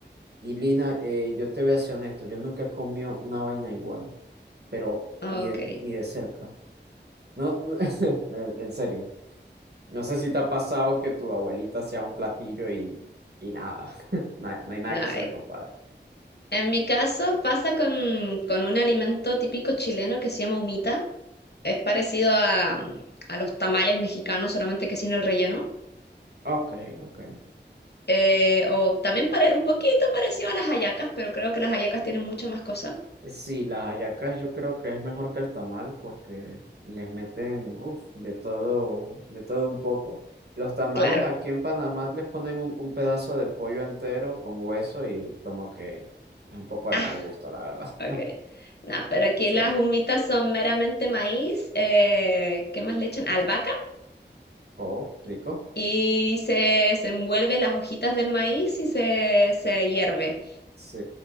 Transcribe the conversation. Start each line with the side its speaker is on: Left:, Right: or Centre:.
Right: Y Lina, eh, yo te voy a ser honesto, yo nunca he comido una vaina igual, pero
Left: Ok,
Right: ni de, ni de cerca. No, no, <laughs> en en serio, no sé si te ha pasado que tu abuelita sea un platillo y, y nada, <laughs> no hay no hay nada
Left: nice.
Right: que se le compare.
Left: En mi caso pasa con, con un alimento típico chileno que se llama humita. Es parecido a, a los tamales mexicanos, solamente que sin el relleno.
Right: Ok, ok.
Left: Eh, o también pare- un poquito parecido a las hallacas, pero creo que las hallacas tienen mucho más cosas.
Right: Sí, las hallacas yo creo que es mejor que el tamal porque les meten, uf, de todo, de todo un poco. Los tamales
Left: Claro.
Right: aquí
Left: <laughs>
Right: en Panamá les ponen un, un pedazo de pollo entero con hueso y como que es un poco de
Left: Ah,
Right: mal gusto, la verdad.
Left: ok.
Right: <laughs>
Left: No, pero aquí
Right: Sí.
Left: las humitas son meramente maíz. eh, ¿qué más le echan? Albahaca.
Right: Oh, rico.
Left: Y se, se envuelve las hojitas del maíz y se, se hierve.
Right: Sí,